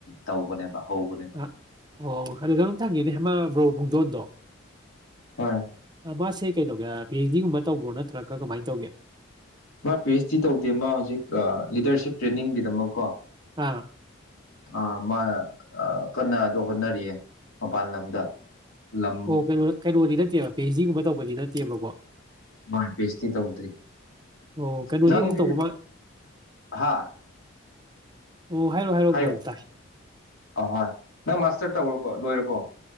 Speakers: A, on the left; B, on the right.
A: ꯇꯧꯕꯅꯦꯕ ꯍꯧꯕꯅꯦꯕ
B: ꯑ ꯑꯣ ꯑꯗꯨ ꯀꯩꯅꯣꯝ ꯊꯪꯒꯦꯅꯦ ꯍꯦꯃ ꯕ꯭ꯔꯣ ꯄꯨꯕꯨꯗꯣꯗꯣ
A: ꯍꯣꯏ
B: ꯃꯥꯁꯦ ꯀꯩꯗꯧꯒꯦ ꯤꯖꯤꯅꯤꯒꯨꯝꯕ ꯇꯧꯕ꯭ꯔꯣ ꯅꯠꯇ꯭ꯔꯒ ꯀꯃꯥꯏꯅ ꯇꯧꯒꯦ
A: ꯃꯥ ꯄꯤ ꯑꯩꯩꯆ ꯗꯤ ꯇꯧꯗꯦ ꯃꯥ ꯍꯧꯖꯤꯛ ꯂꯤꯗꯔꯁꯤꯞ ꯇ꯭ꯔꯦꯅꯤꯡꯒꯤꯗꯃꯛꯀꯣ
B: ꯑꯥ
A: ꯑ ꯃꯥ ꯑ ꯀꯟꯅ ꯑꯗꯨꯣ ꯍꯣꯠꯅꯔꯤꯌꯦ ꯃꯄꯥꯟ ꯂꯝꯗ ꯂꯝ
B: ꯑꯣ ꯀꯩꯅꯣ ꯀꯩꯅꯣꯗꯤ ꯅꯠꯇꯦꯕ ꯄꯦꯖꯤꯒꯨꯝꯕ ꯇꯧꯕꯗꯤ ꯅꯠꯇꯦ ꯀꯦꯕꯣ
A: ꯃꯥꯏ ꯄꯦꯁꯇꯤ ꯇꯧꯗ꯭ꯔꯤ
B: ꯑꯣ ꯀꯩꯅꯣꯗꯤ
A: ꯅꯪꯗꯤ
B: ꯑꯃꯨꯛ ꯇꯧꯕ ꯃꯥ
A: ꯍꯥ
B: ꯑꯣ ꯍꯥꯏꯔꯣ ꯍꯥꯏꯔꯣ
A: ꯍꯥꯏꯌꯣ
B: ꯕ꯭ꯔꯣ ꯑꯝꯇ
A: ꯑꯍꯣꯏ ꯅꯪ ꯃꯥꯁꯇꯔ ꯇꯧꯔꯕꯣ ꯂꯣꯏꯔꯕꯣ